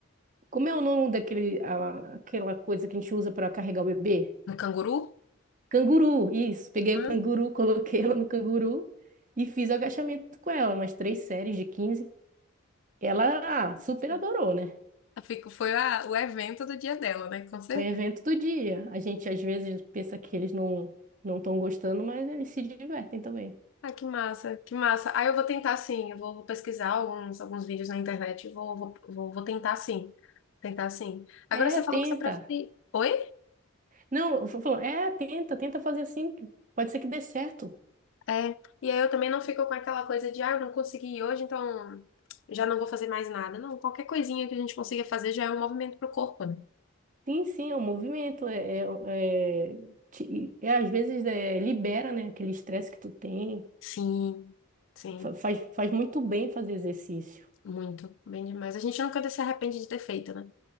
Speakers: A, on the right; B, on the left.
A: Como é o nome daquele, a- aquela coisa que a gente usa para carregar o bebê?
B: No canguru?
A: Canguru, isso. Peguei
B: Ah,
A: o canguru, <laughs> coloquei ela no canguru e fiz o agachamento com ela, umas três séries de 15. Ela
B: nossa.
A: ah, super adorou, né?
B: Eu fico- foi a- o evento do dia dela, né? Com certeza.
A: O evento do dia. A gente às vezes pensa que eles não não estão gostando, mas eles se divertem também.
B: Ah, que massa, que massa. Ah, eu vou tentar sim, eu vou, vou pesquisar alguns, alguns vídeos na internet, eu vou, vou, vou, vou tentar sim, tentar sim. Agora
A: É,
B: você
A: tenta.
B: falou que você prefere... Oi?
A: Não, eu falo, é, tenta, tenta fazer assim. Pode ser que dê certo.
B: É, e aí eu também não fico com aquela coisa de, ah, eu não consegui ir hoje, então já não vou fazer mais nada. Não, qualquer coisinha que a gente consiga fazer já é um movimento pro corpo, né?
A: Sim, sim, é um movimento. É, é, é, te- é, às vezes é, libera, né, aquele estresse que tu tem.
B: Sim, sim,
A: Fa- Faz, faz muito bem fazer exercício.
B: muito, bem demais. A gente nunca se arrepende de ter feito, né? A